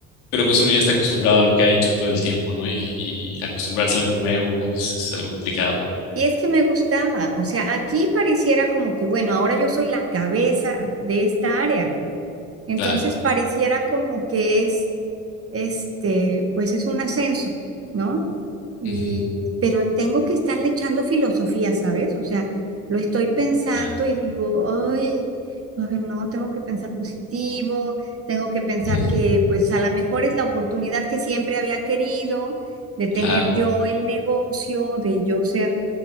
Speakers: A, on the left; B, on the right.
A: pero pues uno ya está acostumbrado a lo que ha hecho todo el tiempo, ¿no? Y, y acostumbrarse a algo nuevo es, es algo complicado,
B: Y es que me gustaba, o sea, aquí pareciera como que, bueno, ahora yo soy la cabeza de esta área. Entonces,
A: claro.
B: pareciera como que es, este, pues es un ascenso, ¿no? Y,
A: Ujú.
B: pero tengo que estarle echando filosofía, ¿sabes? O sea, lo estoy pensando
A: Ah,
B: y digo, ay, a ver, no, tengo que pensar positivo, tengo que pensar
A: ujú.
B: que pues a lo mejor es la oportunidad que siempre había querido de tener
A: Claro.
B: yo el negocio, de yo ser